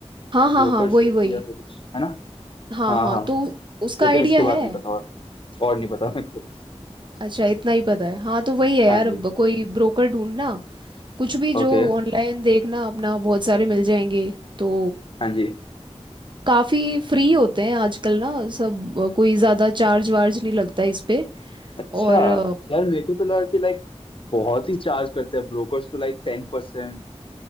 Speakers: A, on the right; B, on the left.
A: हाँ हाँ
B: ब्रोकर्स
A: हाँ वही
B: के
A: वही
B: थ्रू या फिर कुछ है ना
A: हाँ
B: हाँ
A: हाँ
B: हाँ हाँ।
A: तो उसका
B: लेकिन
A: आइडिया
B: इसके बाद
A: है
B: नहीं पता और और नहीं पता मेरे को
A: अच्छा इतना ही पता है हाँ तो वही है यार
B: हाँ जी
A: अब कोई ब्रोकर ढूंढना कुछ भी
B: ओके
A: जो ऑनलाइन देखना अपना बहुत सारे मिल जाएंगे तो
B: हाँ जी
A: काफ़ी फ्री होते हैं आजकल ना सब अ, कोई ज़्यादा चार्ज वार्ज नहीं लगता इस पे
B: अच्छा
A: और अ,
B: यार मेरे को तो लगा कि लाइक बहुत ही चार्ज करते हैं ब्रोकर्स तो Like ten percent